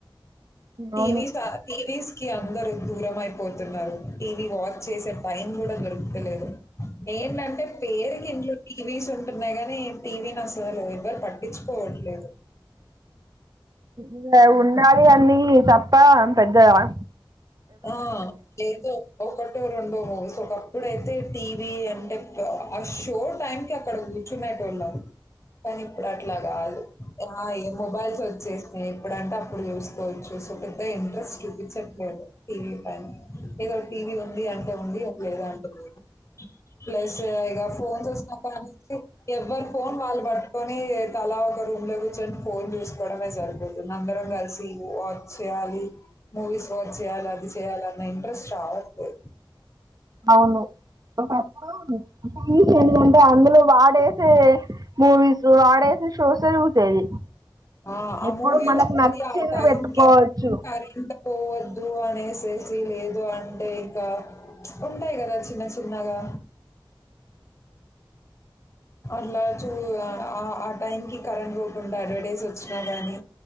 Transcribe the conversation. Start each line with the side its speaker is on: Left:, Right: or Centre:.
Left: టీవీస్
Right: అవును
Left: ఆ టీవీస్ కి అందరు దూరమైపోతున్నారు టీవీ వాచ్చేసే టైం గుడా దొరుక్తలేదు ఎందంటే పేరుకింట్లుండి టీవీసుంటున్నాయి గానీ టీవీ నసల్ ఎవ్వర్ పట్టించుకోవట్లేదు.
Right: ఉండా ఉండాలి అన్నీ తప్ప పెద్ద ఆ
Left: ఆ ఏదో ఒకట్ రెండో మూవీస్ ఒకప్పుడైతే టీవీ అంటే పాష్ షో టైమ్కి అక్కడున్ కూర్చునెటొళ్ళం కానీ ఇప్పుడు అట్లా కాదు ఏమాయ మొబైల్స్ వ చ్చేసినయి ఎప్పుడంటే అప్పుడు చూసుకోవచ్చు సో పెద్ద ఇంట్రెస్ట్ చూపించట్లేదు టీవీ ఏదో టీవీ ఉంది అంటె ఉంది అది లేదా అంటె లేదు ప్లస్ ఇక ఫోన్ చూసిన దానికి ఎవ్వరు ఫోన్ వాళ్ళు పట్ట కొని తలా ఒక రూమ్ లో కూర్చొని ఫోన్ చూసుకోవడమే జరుగుతుంది. అందరం కలిసి వాచ్ చే కాలి మూవీస్ వాచ్ చేయాలి అది చేయాలన్న ఇంట్రెస్ట్ రావట్లే
Right: అవును ఒకప్పుడు ఈ చేన్ల ఉంటె అంది లో వాడేసే మూవీస్ వాడేసే షోస్ హే చూసేది
Left: ఆ అమూవి
Right: ఇప్పుడు మనకు
Left: వస్తది
Right: నచ్చింది
Left: ఆ టైంకి
Right: పెట్టుకోవచ్చు
Left: కరంట్ పోవద్ అనేసేసి లేదు అంటే ఇంక ఉంటాయి కదా చిన్న చిన్నగా
Right: బ్లాంక్
Left: అట్లా చూ ఆ ఆ టైంకి కరెంట్ పోకుండా అడ్వాటేజ్ వచ్చినా కానీ